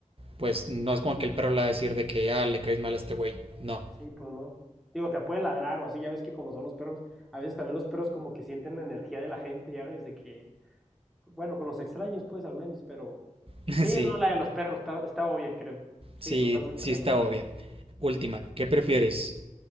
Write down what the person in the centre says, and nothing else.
Sí, pues no. Digo, te puede ladrar o así, ya ves que como son los perros, a veces también los perros como que sienten la energía de la gente, ya ves, de que, bueno, con los extraños pues al menos, pero...
Sí,
no, la de los perros está, está obvia, creo. Sí,
totalmente
la
de los perros.